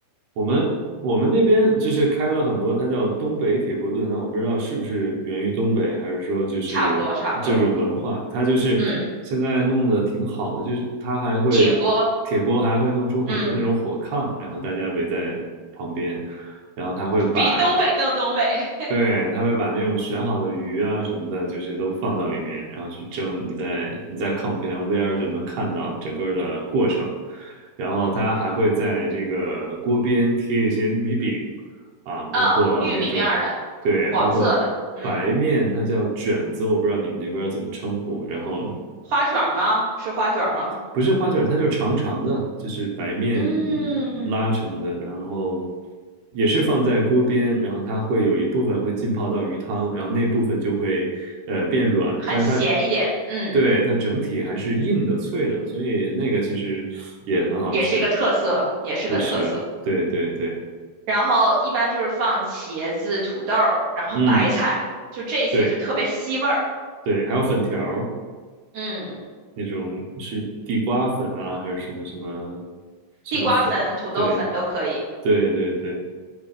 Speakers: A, on the right; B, on the right.
A: 我们我们那边就是开了很多，它叫东北铁锅炖。那我不知道是不是源于东北，还是说就是这种文化，
B: 差不多差不多。
A: 它就是现在弄得挺好的，
B: 嗯，
A: 就是它还会铁锅还会弄出很多那种火炕，
B: 铁锅，嗯，
A: 然后大家围在旁边，然后它会把
B: 比东北更东北。
A: 对，他会把那种选好的鱼啊什么的，就是都放到里面，然后去蒸。你在你在炕旁边儿就能看到整个的过程。然后他还会在这个锅边贴一些玉米饼，啊，包括那种，
B: 嗯，玉米面的，
A: 对，
B: 黄色的，
A: 包括白面，
B: 嗯，
A: 它叫卷子，我不知道你们那边儿怎么称呼。然后
B: 花卷吗？是花卷吗？
A: 不是花卷儿它就是长长的，就是白面
B: 嗯，
A: 拉成的，然后也是放在锅边，然后它会有一部分会浸泡到鱼汤，然后那部分就会呃变软，
B: 很咸一点，
A: 但是它
B: 嗯，
A: 对它整体还是硬的脆的，所以那个其实也很好吃，
B: 也是一个特色，也是个特色。
A: 确实，对对对，
B: 然后一般就是放茄子、土豆然后白菜，
A: 嗯，
B: 就这些就特别吸味儿。
A: 对对，还有粉条儿
B: 嗯，
A: 那种是地瓜粉啊，还是什么什么什么粉，
B: 地瓜粉、土豆粉都可以。
A: 对对对对。